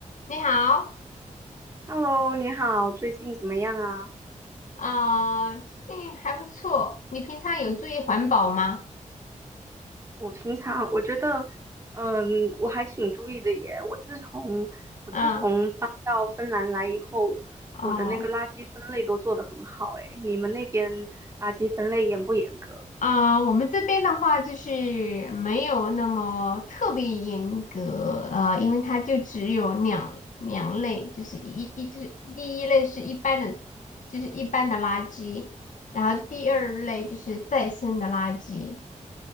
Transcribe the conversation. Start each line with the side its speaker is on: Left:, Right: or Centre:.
Left: 你好，
Right: Hello，你好，最近怎么样啊？
Left: 啊、最近还不错。你平常有注意环保吗？
Right: 我平常我觉得，嗯，我还挺注意的耶。我自从我自从搬到芬兰来以后，
Left: 嗯，哦，
Right: 我的那个垃圾分类都做得很好诶。你们那边垃圾分类严不严格？
Left: 啊、我们这边的话就是没有那么特别严格，呃，因为它就只有两两类，就是一一就是第一类是一般的，就是一般的垃圾，然后第二类就是再生的垃圾。